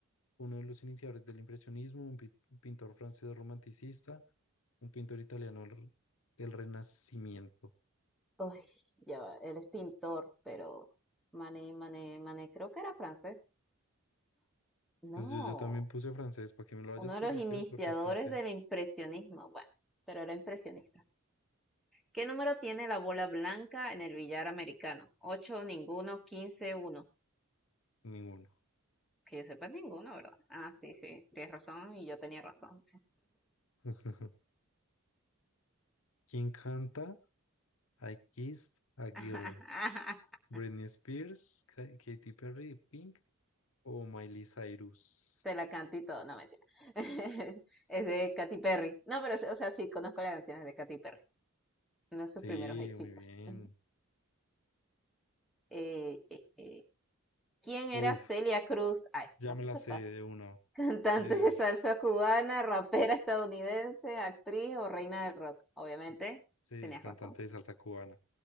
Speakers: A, on the left (about 65°); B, in the centre.
A: uno de los iniciadores del impresionismo, un pi- un pintor francés romanticista, un pintor italiano r- del Renacimiento.
B: Uy, ya va, él es pintor, pero Mané, Mané, Mané, creo que era francés. No,
A: Pues yo, yo también puse francés, para que me lo hayas
B: Uno
A: corregido
B: de los iniciadores
A: es porque es francés.
B: del impresionismo, bueno, pero era impresionista. ¿Qué número tiene la bola blanca en el billar americano? 8, ninguno, quince, uno.
A: Ninguno.
B: Que yo sepa ninguno, ¿verdad? Ah, sí, sí, tienes razón y yo tenía razón. sí.
A: <laughs> ¿Quién canta I Kissed a Girl?
B: <laughs>
A: Britney Spears, Ka- Katy Perry, Pink o Miley Cyrus.
B: Te la canto y todo, no mentira. <laughs> Es de Katy Perry. No, pero, o sea, sí, conozco las canciones de Katy Perry, uno de sus
A: Sí,
B: primeros éxitos.
A: muy bien.
B: <laughs> Eh, eh, eh, ¿Quién era
A: Uf,
B: Celia Cruz? Ah, eso está
A: ya me
B: súper
A: la sé
B: fácil.
A: de una.
B: Cantante
A: Eh,
B: de salsa cubana, rapera estadounidense, actriz o reina del rock. Obviamente,
A: sí, es
B: tenías
A: cantante
B: razón,
A: de salsa cubana.